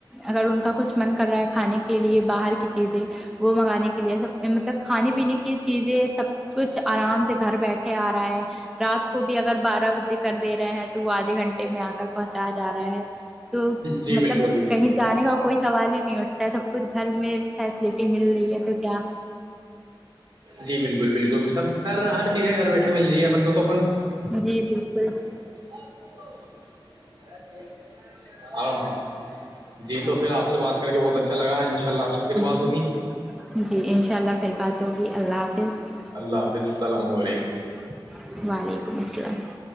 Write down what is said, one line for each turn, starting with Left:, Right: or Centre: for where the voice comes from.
Centre: اگر ان کا کچھ من کر رہا ہے کھانے کے لیے باہر کی چیزیں وہ منگانے کے لیے سب مطلب کھانے پینے کی چیزیں سب کچھ آرام سے گھر بیٹھے آ رہا ہے رات کو بھی اگر بارہ بجے کر دے رہے ہیں تو وہ آدھے گھنٹے میں آ کر پہنچایا جا رہا ہے تو
Right: جی
Centre: مطلب
Right: بالکل بالکل
Centre: کہیں جانے کا کوئی سوال ہی نہیں اٹھتا ہے سب کچھ گھر میں فیسلٹی مل رہی ہے تو کیا
Right: جی بالکل بالکل سب سر ہر چیزیں گھر بیٹھے مل جیے اپن کو تو
Centre: جی بالکل
Right: <unintelligible> ہاں ہاں جی تو پھر آپ سے بات کر کے بہت اچھا لگا ان شاء اللہ آپ سے پھر بات
Centre: جی
Right: ہوگی
Centre: جی انشاء اللہ پھر بات ہوگی اللہ حافظ
Right: اللہ حافظ السلام علیکم
Centre: <unintelligible> وعلیکم السلام